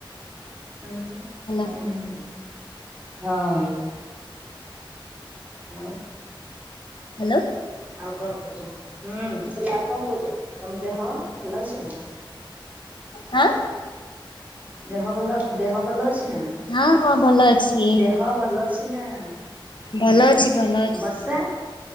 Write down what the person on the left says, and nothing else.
ହ୍ୟାଲୋ
ହ୍ୟାଲୋ।
ହାଁ?
ହଁ ହଁ ଭଲ ଅଛି
ଭଲ ଅଛି ଭଲ ଅଛି